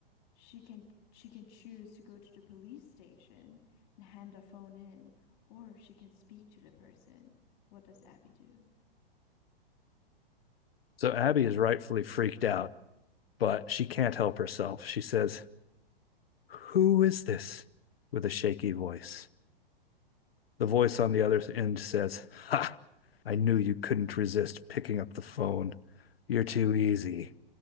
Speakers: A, on the left; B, on the left.
A: She can she can choose to go to the police station and hand the phone in, or she can speak to the person. What does Abby do?
B: So Abby is rightfully freaked out, but she can't help herself. She says, Who is this? with a shaky voice. The voice on the other end says, Ha! I knew you couldn't resist picking up the phone. You're too easy.